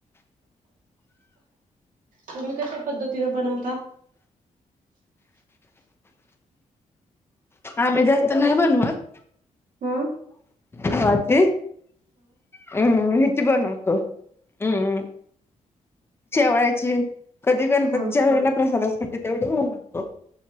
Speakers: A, on the right; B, on the left.
A: तुम्ही कशा पद्धतीने बनवता
B: आम्ही जास्त नाही बनवत
A: हं
B: माच हम्म हच बन होतो हम्म शेवळची कधी गणपतीच्या
A: हा
B: वला प्रसादासाठी तेवढी होऊतो